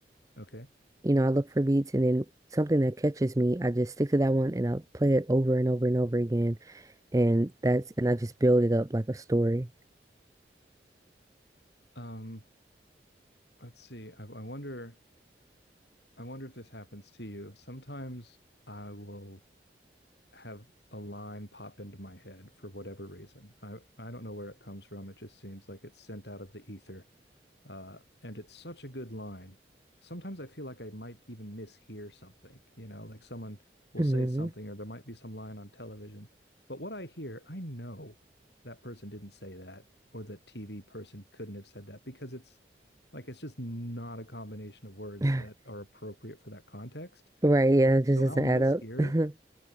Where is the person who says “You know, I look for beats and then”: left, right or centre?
Right